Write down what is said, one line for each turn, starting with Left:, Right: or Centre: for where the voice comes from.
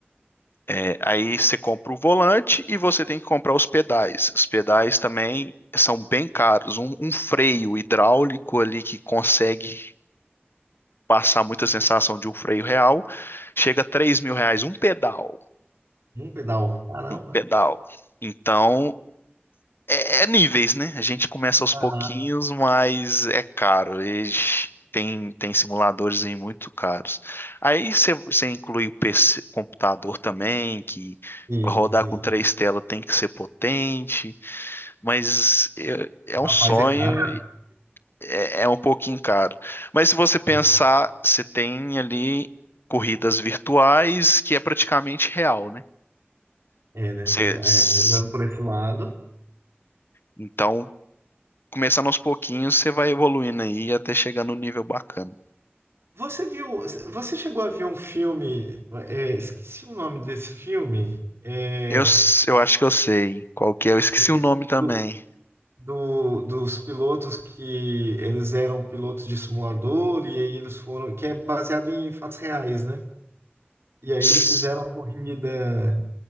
Left: é, aí você compra o volante e você tem que comprar os pedais. Os pedais também são bem caros. Um, um freio hidráulico ali que consegue passar muita sensação de um freio real, chega a 3 mil reais um pedal,
Right: Num pedal, caramba.
Left: um pedal. Então, é, é níveis, né? A gente começa aos
Right: Aham.
Left: pouquinhos, mas é caro. Eles tem, tem simuladores aí muito caros. Aí você você inclui o PC, computador também, que
Right: Sim,
Left: pra rodar
Right: sim.
Left: com três telas tem que ser potente, mas é, é
Right: Rapaz,
Left: um sonho
Right: é caro.
Left: é, é um pouquinho caro. Mas se você pensar,
Right: né?"
Left: você tem ali corridas virtuais que é praticamente real, né?
Right: É, né?
Left: Você- s-
Right: É, olhando por esse lado...
Left: então, começando aos pouquinhos, você vai evoluindo aí até chegar no nível bacana.
Right: Você viu, você chegou a ver um filme, é, esqueci o nome desse filme, é,
Left: Eu, s- eu acho que eu sei qual que é. Eu esqueci
Right: aquele
Left: o nome também.
Right: do, do- dos pilotos que eles eram pilotos de simulador e aí eles foram, que é baseado em fatos reais, né? E aí
Left: S-
Right: eles fizeram a corrida,